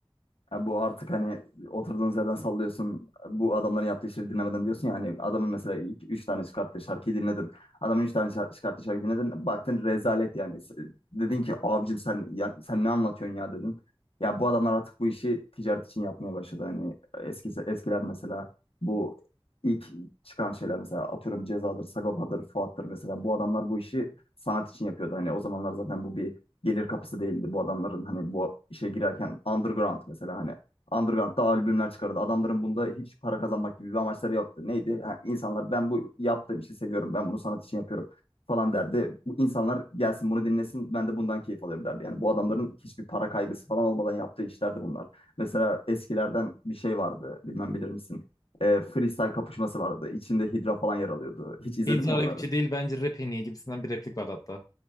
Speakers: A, on the left; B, on the left.
A: Ya bu artık hani oturduğunuz yerden sallıyorsun. Bu adamların yaptığı işleri dinlemeden diyorsun ya hani adamın mesela iki, üç tane çıkarttığı şarkıyı dinledin. Adamın üç tane şar- çıkarttığı şarkıyı dinledin. Baktın rezalet yani. S- Dedin ki abicim sen ya, sen ne anlatıyorsun ya dedin. Ya bu adamlar artık bu işi ticaret için yapmaya başladı. Hani eski, eskiler mesela bu ilk çıkan şeyler mesela atıyorum Ceza'dır, Sagopa'dır, Fuat'tır mesela. Bu adamlar bu işi sanat için yapıyordu. Hani o zamanlar zaten bu bir gelir kapısı değildi bu adamların hani bu işe girerken underground mesela hani underground'da albümler çıkardı. Adamların bunda hiç para kazanmak gibi bir amaçları yoktu. Neydi? Ha, insanlar ben bu yaptığım işi seviyorum. Ben bunu sanat için yapıyorum falan derdi. Bu insanlar gelsin bunu dinlesin. Ben de bundan keyif alıyorum derdi. Yani bu adamların hiçbir para kaygısı falan olmadan yaptığı işlerdi bunlar. Mesela eskilerden bir şey vardı. Bilmem bilir misin? Ee, freestyle kapışması vardı. İçinde Hidra falan yer alıyordu. Hiç izledin
B: Hidra
A: mi onları?
B: rapçi değil bence rap en iyi gibisinden bir replik vardı hatta.